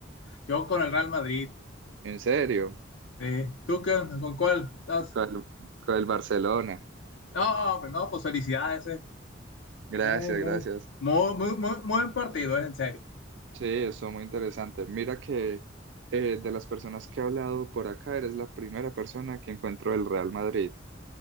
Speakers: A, on the left; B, on the right.
A: Yo con el Real Madrid.
B: ¿En serio?
A: Sí. ¿Tú qué onda? ¿Con cuál estás?
B: Con el, con el Barcelona.
A: No, hombre, no, pues felicidades, ¿eh?
B: Gracias,
A: Muy, muy,
B: gracias.
A: muy, muy, muy muy buen partido, ¿eh? En serio.
B: Sí, eso muy interesante. Mira que eh, de las personas que he hablado por acá, eres la primera persona que encuentro del Real Madrid.